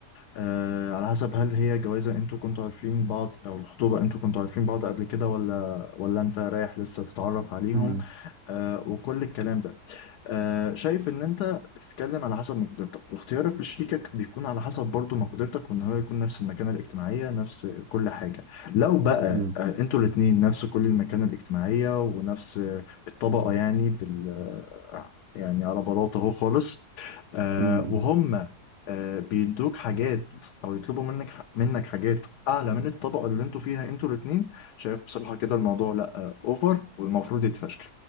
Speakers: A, on the left; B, on the right.
A: آه، على حسب هل هي جوازه انتوا كنتوا عارفين بعض او الخطوبه انتوا كنتوا عارفين بعض قبل كده ولا ولا انت رايح لسه تتعرف عليهم
B: امم
A: آه، وكل الكلام ده آه، شايف ان انت بتتكلم على حسب مقدرتك واختيارك لشريكك بيكون على حسب برضو مقدرتك وان هو يكون نفس المكانة الاجتماعية نفس كل حاجة لو بقى
B: امم
A: آه، انتوا الاتنين نفس كل المكانة الاجتماعية ونفس آه، الطبقة يعني بال آه، يعني على بلاطة اهو خالص آه،
B: امم
A: وهم آه، بيدوك حاجات او يطلبوا منك منك حاجات اعلى من الطبقة اللي انتوا فيها انتوا الاتنين شايف بصراحة كده الموضوع لا آه، اوفر والمفروض يتفشكل